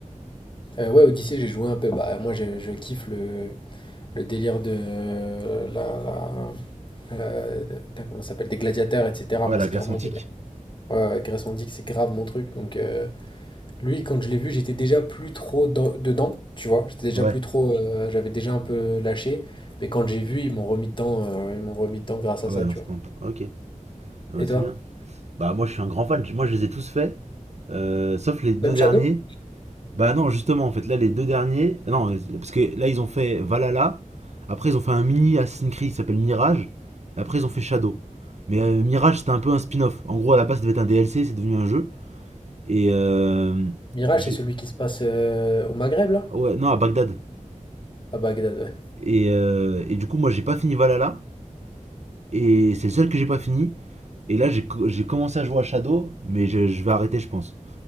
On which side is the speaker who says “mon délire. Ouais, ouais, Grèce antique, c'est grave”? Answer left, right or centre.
Left